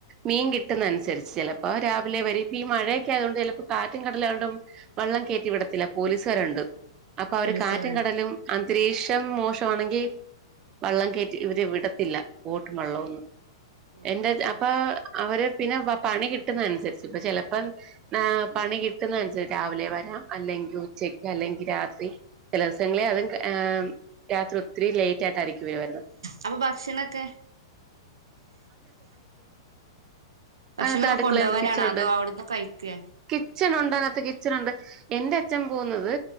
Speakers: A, on the right (about 30°); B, on the right (about 80°).
A: മീൻ കിട്ടുന്ന അനുസരിച്ച് ചിലപ്പോ രാവിലെ വരെ ഈ മഴയൊക്കെ ആയതുകൊണ്ട് ചെലപ്പോ കാറ്റും കടലായോണ്ടും വള്ളം കേറ്റി വിടത്തില്ല. പോലീസാരുണ്ട് അപ്പൊ അവര്
B: പോലീസുകാരുണ്ട്
A: കാറ്റും കടലും അൻ ന്തരീക്ഷം മോശം ആണെങ്കീ വള്ളം കയറ്റി ഇവര് വിടത്തില്ല ബോട്ട് വള്ളവൊന്നും
B: വിടൂലല്ലേ
A: എൻ്റെ ച്ഛ അപ്പൊ അവര് പിന്നെ വ പണി കിട്ടുന്നതനുസരിച്ച് ഇപ്പ ചെലപ്പം ഏ പണി കിട്ടുന്നതനുസരിച്ച് രാവിലെ വരാം അല്ലെങ്കി ഉച്ചയ്ക്ക് അല്ലെങ്കി രാത്രി ചില ദിവസങ്ങളി അതും ഏ രാത്രി ഒത്തിരി ലേറ്റ് ആയിട്ടായിരിക്കും ഇവര് വരുന്നത്
B: അപ്പൊ ഭക്ഷണൊക്കെ
A: അതിനാത്ത്
B: ഭക്ഷണൊക്കെ
A: അടുക്കളെയുണ്ട്
B: കൊണ്ടോവലാണോ
A: കിച്ചൺ ഉണ്ട്.
B: അതോ അവിടുന്ന് കഴിക്കേ
A: കിച്ചൻ ഉണ്ട് അതിനകത്ത് കിച്ചൺ ഉണ്ട് എന്റെ അച്ഛൻ പോകുന്നത്